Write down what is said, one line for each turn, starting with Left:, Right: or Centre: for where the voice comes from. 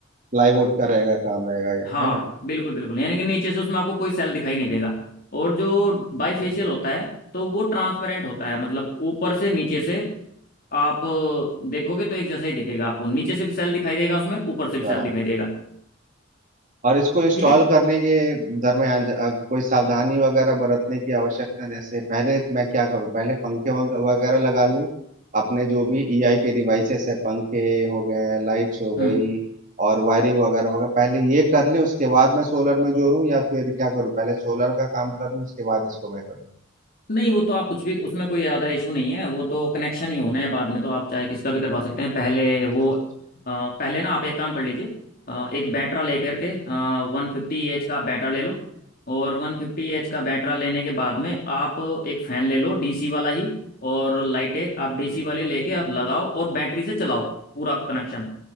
Right: प्लाईवुड का रहेगा काम रहेगा ये
Left: हाँ
Right: है ना
Left: बिल्कुल बिल्कुल यानी कि नीचे से उसमें आपको कोई सेल दिखाई नहीं देगा और जो बाइफेशियल
Right: अच्छा अच्छा
Left: होता है तो वो ट्रांसपेरेंट होता है मतलब ऊपर से नीचे से आप देखोगे तो एक जैसा ही दिखेगा आपको नीचे से भी सेल दिखाई देगा उसमें ऊपर से भी
Right: अच्छा
Left: सेल दिखाई देगा
Right: और इसको इंस्टॉल
Left: ठीक है
Right: करने के दरमियान ज- अ, कोई सावधानी वगैरह बरतने की आवश्यकता जैसे पहले मैं क्या करूं पहले पंखे वंग- वगैरह लगा लूं अपने जो भी ईआई के डिवाइसेस है पंखे हो गए लाइट्स हो
Left: हम्म
Right: गई और वायरिंग वगैरह हो गया पहले ये कर लें उसके बाद मैं सोलर में जोड़ूं या फिर क्या करूं पहले सोलर का काम कर लूं उसके बाद इसको मैं करूं
Left: नहीं वो तो आप कुछ भी उसमें कोई ज़्यादा इशू नहीं है वो तो कनेक्शन ही होना है बाद में तो आप चाहे किसका भी करवा सकते हैं पहले वो
Right: अच्छा
Left: अ,
Right: अच्छा
Left: पहले ना आप एक काम कर लीजिए अ, एक बैटरा लेकर के वन फिफ्टी एच का बैटरा ले लो और वन फिफ्टी एच का बैटरा लेने के बाद में आप एक फ़ैन ले लो डीसी वाला ही और लाइटें
Right: अच्छा
Left: आप डीसी
Right: जी
Left: वाली लेके आप लगाओ और बैटरी से चलाओ पूरा कनेक्शन